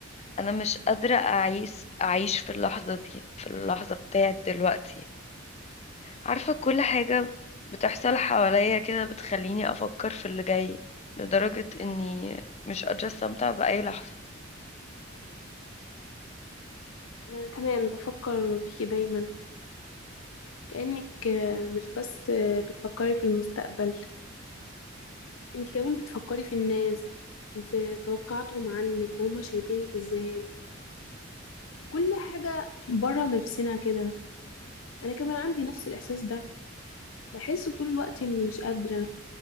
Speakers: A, on the left; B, on the left.
A: انا مش قادرة اعيش اعيش في اللحظة دي في اللحظة بتاعت دلوقتي عارفة كل حاجة بتحصل حواليا كده بتخليني أفكر في اللي جاي لدرجة إني مش قادرة استمتع بأي لحظة
B: أنا كمان بفكر فيكي دايما كأنك آه، مش بس آه، بتفكري في المستقبل انت كمان بتفكري في الناس وفي توقعاتهم عنك وهما شايفينك ازاي كل حاجة برا نفسنا كده أنا كمان عندي نفس الإحساس ده بحس طول الوقت إني مش قادرة